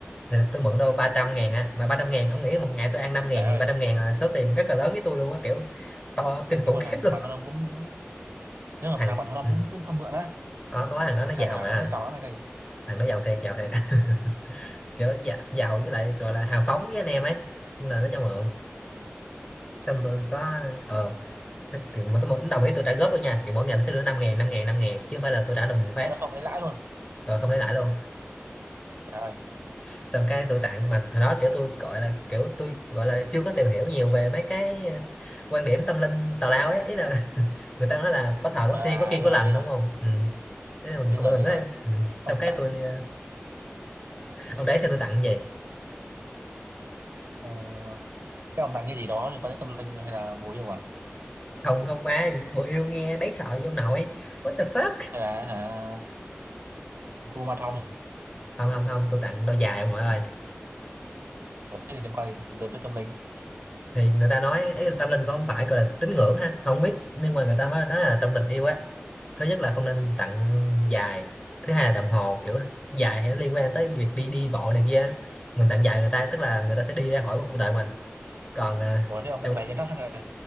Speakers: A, on the left; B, on the right.
A: thì tôi mượn đâu 300 ngàn á mà 300 ngàn ông nghĩ một ngày tôi ăn năm ngàn
B: trời
A: thì
B: ơi
A: ba trăm ngàn là số tiền rất là lớn với tôi luôn á kiểu to kinh khủng
B: nếu mà
A: khiếp
B: thằng
A: luôn
B: bạn
A: <laughs>
B: thân ông cũng cũng nếu mà
A: thằng
B: thằng bạn thân ông
A: ừ.
B: cũng cũng cho mượn á
A: có có thằng đó
B: thằng
A: nó giàu
B: thằng mà thằng
A: mà
B: đó nó giàu lắm hay sao
A: thằng đó giàu thiệt giàu thiệt <laughs> kiểu giàu, giàu với lại gọi là hào phóng với anh em ấy nên là nó cho mượn
B: ừ.
A: xong tôi có ờ kiểu mà tôi mượn đồng ý tôi trả góp luôn nha kiểu mỗi ngày tôi sẽ đưa 5 ngàn 5 ngàn 5 ngàn chứ không phải là tôi trả đồng một phát
B: mà nó không lấy lãi luôn
A: ờ, không lấy lãi luôn
B: trời ơi
A: xong cái tôi tặng mà hồi đó kiểu tôi gọi là kiểu tôi gọi là chưa có tìm hiểu nhiều về mấy cái ờ, quan điểm tâm linh tào lao ấy ý là người ta nói là có thờ
B: Ờ,
A: có thi
B: à
A: có kiêng
B: bây
A: có
B: giờ
A: lành
B: biết rồi
A: đúng không ừ. Thế là mình
B: bây giờ
A: mình
B: bây
A: nói
B: giờ
A: ừ.
B: ông
A: xong cái
B: tặng
A: tôi ờ, ông đấy xem tôi tặng gì
B: ờ, cái ông tặng cái gì đó liên quan tới tâm linh hay là bùa yêu à
A: không không ba bộ yêu nghe đấy sợ giống nội what the fuck
B: hay là hả gu ma thông
A: không không không tôi tặng đôi giày ông nội ơi
B: ủa cái gì liên quan gì tới, tới tâm linh
A: thì người ta nói ý là tâm linh cũng không phải gọi là tín ngưỡng ha không biết nhưng mà người ta nói nói là trong tình yêu á thứ nhất là không nên tặng giày thứ hai là đồng hồ kiểu giày thì nó liên quan tới việc đi đi bộ này kia mình tặng giày người ta tức là người ta sẽ đi ra khỏi một cuộc đời mình còn à,
B: ủa thế ông tặng
A: đồng
B: giày cho nó <laughs> hả?